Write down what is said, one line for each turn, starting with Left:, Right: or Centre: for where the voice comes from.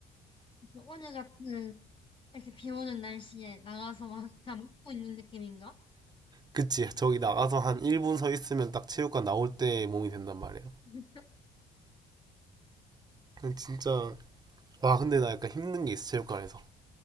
Left: 그래서 오늘 같은 이렇게 비 오는 날씨에 나가서 막 그냥 먹고 있는 느낌인가?
Right: 그치 저기 나가서 한 1분 서 있으면 딱 체육관 나올 때 몸이 된단 말이야.
Left: <laughs>
Right: 진짜 와 근데 나 약간 힘든 게 있어 체육관에서